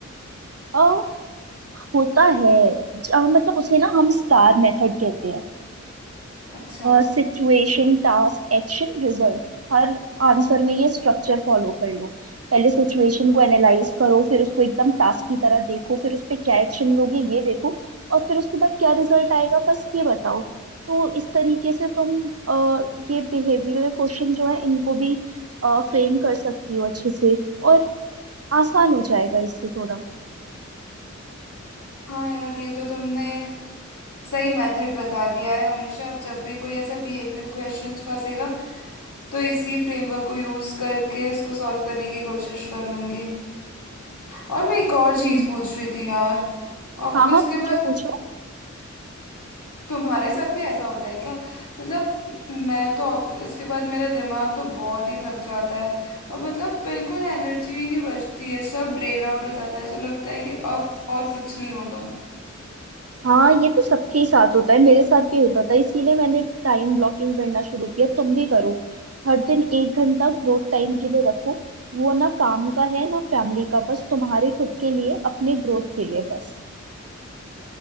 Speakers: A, on the right (about 50°); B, on the left (about 80°).
A: अ होता है ज- अ, मतलब उसे ना हम स्टार मेथड कहते हैं
B: अच्छा
A: Situation task action result हर आंसर में ये स्ट्रक्चर फॉलो कर लो पहले सिचुएशन को एनालाइज करो फिर उसको एकदम टास्क की तरह देखो फिर उस पे क्या एक्शन लोगे ये देखो और फिर उसके बाद क्या रिजल्ट आएगा बस ये बताओ तो इस तरीके से तुम अ, ये बिहेवियरल क्वेश्चन जो है इनको भी फ्रेम कर सकती हो अच्छे से और आसान हो जाएगा इससे थोड़ा
B: हाँ यार ये तो तुमने सही मेथड बता दिया है हमेशा अब जब भी कोई ऐसा बिहेवियरल क्वेश्चंस फंसेगा तो इसी फ्रेमवर्क को यूज करके इसको सॉल्व करने की कोशिश करूंगी और मैं एक और चीज
A: हम्म
B: पूछ रही थी यार ऑफिस
A: हाँ हाँ
B: के
A: पूछो
B: बाद
A: पूछो
B: तुम्हारे साथ भी ऐसा होता है क्या मतलब मैं तो ऑफिस के बाद मेरा दिमाग तो बहुत ही थक जाता है और मतलब बिल्कुल एनर्जी ही नहीं बचती है सब ड्रेन आउट हो जाता है ऐसा लगता है कि अब और कुछ नहीं होगा
A: हाँ ये तो सबके ही साथ होता है मेरे साथ भी होता था इसीलिए मैंने टाइम ब्लॉकिंग करना शुरू किया तुम भी करो हर दिन एक घंटा ग्रोथ टाइम के लिए रखो वो ना काम का है ना फैमिली का बस तुम्हारे खुद के लिए अपने ग्रोथ के लिए बस